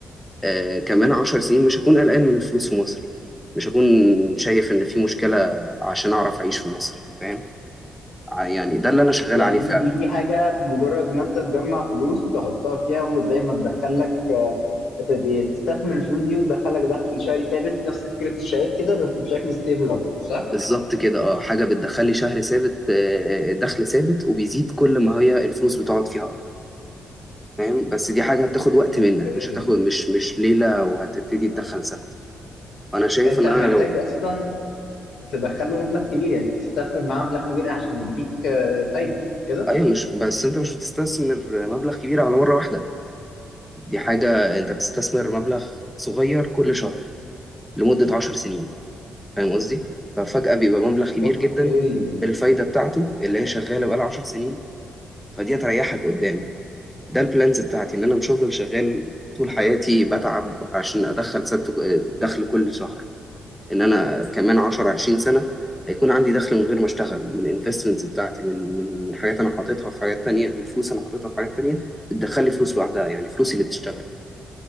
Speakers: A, in the centre; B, on the left.
A: آه كمان عشر سنين مش هكون قلقان من الفلوس في مصر مش هكون شايف إن في مشكلة عشان أعرف أعيش في مصر فاهم ع- يعني ده اللي أنا شغال
B: يعني
A: عليه
B: دي
A: فعلا
B: دي دي حاجة مجرد ما انت تجمع فلوس تحطها فيها وزي ما تدخل لك ت- ت- تستثمر الفلوس دي وتدخل لك دخل شهري ثابت نفس فكرة الشهادات كده بس بشكل ستيبل اكتر صح؟
A: بالظبط كده اه حاجة بتدخلي شهر ثابت آه، دخل ثابت وبيزيد كل ما هي الفلوس بتقعد فيها أكتر فاهم بس دي حاجة هتاخد وقت
B: اوكي
A: منك مش هتاخد مش مش ليلة وهتبتدي تدخل ثابت أنا شايف
B: انت
A: إن
B: محتاج
A: أنا لو
B: اصلا تدخل له مبلغ كبير يعني تستثمر معاه مبلغ كبير عشان يديك آه، فايدة كده
A: أيوة مش بس أنت مش بتستثمر مبلغ كبير على مرة واحدة دي حاجة أنت بتستثمر مبلغ صغير كل شهر لمدة عشر سنين فاهم قصدي؟ ففجأة بيبقى مبلغ كبير
B: اوكي
A: جدا بالفايدة بتاعته اللي هي شغالة بقالها عشر سنين فدي هتريحك قدام ده البلانز بتاعتي إن أنا مش هفضل شغال طول حياتي بتعب عشان أدخل ثابت دخل كل شهر ان انا كمان 10 20 سنه هيكون عندي دخل من غير ما اشتغل من انفستمنتس بتاعتي من من من حاجات انا حاططها في حاجات تانية من فلوس انا حاططها في حاجات تانية بتدخل لي فلوس لوحدها يعني فلوسي اللي بتشتغل